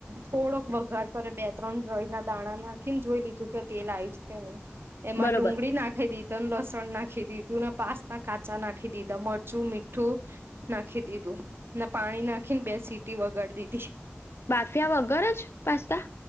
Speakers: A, on the right; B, on the left.
A: થોડોક વઘાર કરે બે ત્રણ રય ના દાણા નાખીને જોઈ લીધું કે તેલ આઈ જ કે નહીં. એમાં
B: બરોબર
A: ડુંગળી નાખી દીધ <unintelligible> લસણ નાખી દીધું, ને પાસ્તા કાચા નાખી દીધા, મરચું, મીઠું નાખી દીધું. ને પાણી નાખીને બે સીટી વગાર દીધી.
B: બાફિયા વગર જ પાસ્તા?